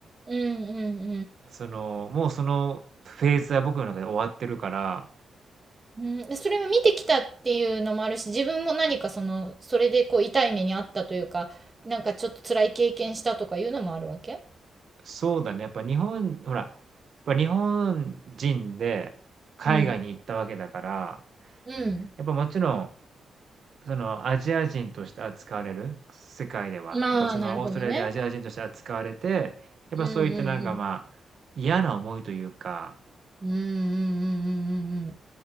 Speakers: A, on the right (about 25°); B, on the right (about 55°).
A: うん、
B: そのもうそのフェーズは僕の中で終わってるから、
A: うん、うん。それも見てきたっていうのもあるし、自分も何かその、それでこう痛い目にあったというか、なんかちょっと辛い経験したとかいうのもあるわけ
B: そうだね、やっぱ日本、ほら、やっぱ日本人で海外に行ったわけだから、
A: うん。うん。
B: やっぱもちろんそのアジア人として扱われる、世界では。
A: まあ、
B: やっぱそのオーストラリアでアジア人として扱われて、
A: なるほどね。
B: やっぱそういったなんかまあ嫌な思いというか、
A: うんうんうん。うんうんうんうんうんうん。